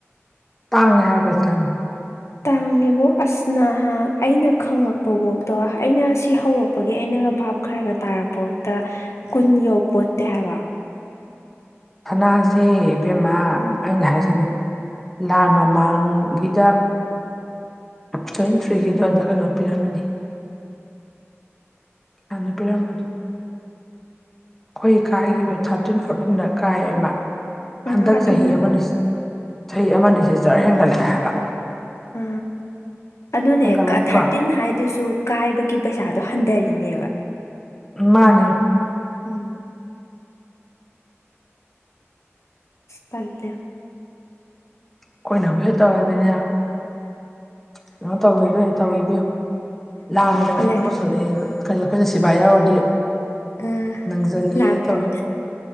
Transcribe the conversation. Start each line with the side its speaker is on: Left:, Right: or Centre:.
Centre: ꯇꯥꯡꯉꯦ ꯍꯥꯏꯕꯁꯦ
Left: ꯇꯥꯡꯉꯦꯕꯣ ꯑꯁ ꯅꯍꯥ ꯑꯩꯅ ꯈꯪꯉꯛꯄ ꯋꯣꯛꯗꯣ ꯑꯩꯅ ꯁꯤ ꯍꯧꯔꯛꯄꯒꯤ ꯑꯩꯅꯒ ꯚꯥꯞ ꯈꯔꯒ ꯇꯥꯔꯛꯄ ꯀꯨꯟ ꯌꯧꯄꯣꯠꯇꯦ ꯍꯥꯏꯕ
Centre: ꯊꯅꯥꯁꯦ ꯏꯕꯦꯝꯃ
Left: ꯎꯝ
Centre: ꯑꯩꯅ ꯍꯥꯏꯁꯤꯅꯦ ꯂꯥꯟ ꯃꯃꯥꯡꯒꯤꯗ ꯇ꯭ꯋꯦꯟ ꯊ꯭ꯔꯤꯒꯤꯗꯣꯗ ꯀꯩꯅꯣ ꯄꯤꯔꯝꯃꯤꯅꯤ ꯍꯅ ꯄꯤꯔꯝꯕꯗꯨꯕ ꯑꯩꯈꯣꯏ ꯀꯥꯏꯈꯤꯕ ꯊꯥꯔꯇꯤꯟ ꯐꯣꯔꯇꯤꯟꯗ ꯀꯥꯏꯑꯕ
Left: ꯑꯥ
Centre: ꯍꯟꯗꯛ
Left: ꯑꯗꯨꯅ
Centre: ꯆꯍꯤ ꯑꯃꯅꯤ ꯆꯍꯤ ꯑꯃꯅꯤ ꯑꯅꯤꯁꯤ ꯖꯔ ꯍꯦꯟꯒꯠꯂꯛꯑꯦ ꯍꯥꯏꯕ
Left: ꯑ ꯑꯗꯨꯅꯦ
Centre: ꯍꯦꯟꯒꯠꯂꯛꯇ꯭ꯔꯣ
Left: ꯊꯥꯔꯇꯤꯟ ꯍꯥꯏꯗꯨꯁꯨ ꯀꯥꯏꯕꯒꯤ ꯄꯩꯁꯥꯗꯣ ꯍꯟꯊꯔꯤꯅꯦꯕ
Centre: ꯃꯥꯅꯦ
Left: ꯎꯝ ꯇꯜꯂꯦ
Centre: ꯑꯩꯈꯣꯏꯅꯕꯨ ꯍꯦꯛ ꯇꯧꯔꯗꯤꯅꯦ ꯀꯩꯅ ꯇꯧꯗꯦ ꯇꯧꯗꯌꯥ ꯂꯥꯟꯅꯒ ꯁꯨꯝ
Left: ꯂꯦ
Centre: ꯇꯧꯁꯜꯂꯛꯑꯦ ꯀꯔꯤ ꯑꯩꯈꯣꯏꯅ ꯁꯤꯚꯥꯏ ꯌꯥꯎꯔꯗꯤ
Left: ꯑ
Centre: ꯅꯪꯁꯤꯜꯂꯦ
Left: ꯂꯥꯛꯇꯔ
Centre: ꯇꯧꯋꯦ